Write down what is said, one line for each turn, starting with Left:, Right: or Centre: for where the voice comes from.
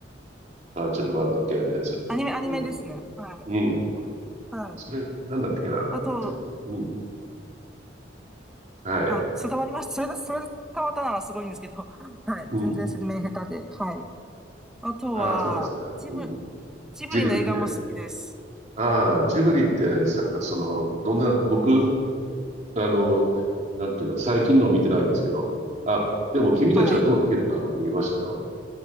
Right: バーチャルワールド系のやつ。
Centre: アニメ、アニメですね。
Right: うん。
Centre: はい。
Right: うん。
Centre: はい。
Right: それ、なんだったっけな。
Centre: あと、
Right: ちょっと、うん。はい。
Centre: あ、伝わりました。それで、それで伝わったならすごいんですけど。<laughs> はい。
Right: うん。
Centre: 全然説明下手で。はい。あとは、
Right: ああ、そうですか。
Centre: ジブ、
Right: うん。
Centre: ジブリの映画も好きです。
Right: ジブリってああ、ジブリってさ、その、どんな、僕、あの、なんていうの、最近のを見てないんですけど。あ、でも君たちはどう生きるか僕見ましたよ。
Centre: はい。